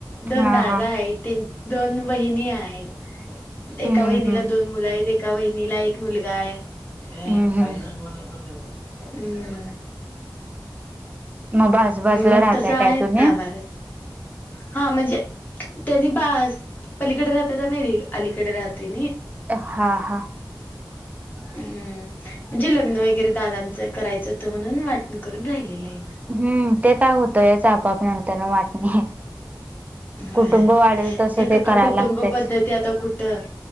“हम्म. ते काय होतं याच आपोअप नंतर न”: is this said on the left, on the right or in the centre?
Right